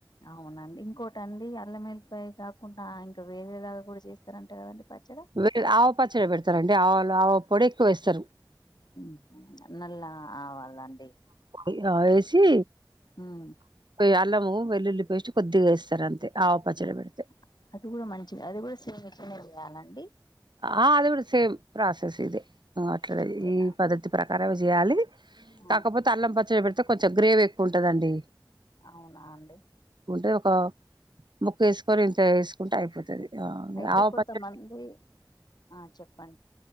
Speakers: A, on the left; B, on the right.
A: అవునండి ఇంకోటి అండి అల్లం ఎల్లిపాయ కాకుండా అ ఇంక వేరేలాగా గూడ చేస్తారంట గదండి పచ్చడ
B: లేదు ఆవ పచ్చడి పెడతరండి ఆవలు ఆవ పొడి ఎక్కువేస్తరు
A: ఉహు నల్ల ఆవాలు అండి
B: ఇగ ఎసి
A: మ్
B: ఇగ అల్లము వెల్లుల్లి పేస్ట్ కొద్దిగా వేస్తారు అంతే ఆవ పచ్చడి
A: హ్మ్.
B: పెడితే
A: అది కూడా మంచిది అది కూడా సేమ్ ఇట్లనే చేయాల అండి
B: ఆ అది గుడా సేమ్ ప్రాసెస్ ఇదే అ అట్లాదే
A: అంతేనా
B: ఈ
A: అండి
B: పద్ధతి ప్రకారమే చేయాలి
A: ఆ!
B: కాకపోతే అల్లం పచ్చడి పెడిత్ కొంచం గ్రేవీ ఎక్కువ ఉంటది అండి
A: అవునా అండి
B: గుంటే ఒక ముక్క వేసుకొని ఇంత వేసుకుంటే అయిపోతది ఆ
A: అయితే
B: ఆవ
A: కొంతమంది
B: పచ్చడి
A: ఆ చెప్పండి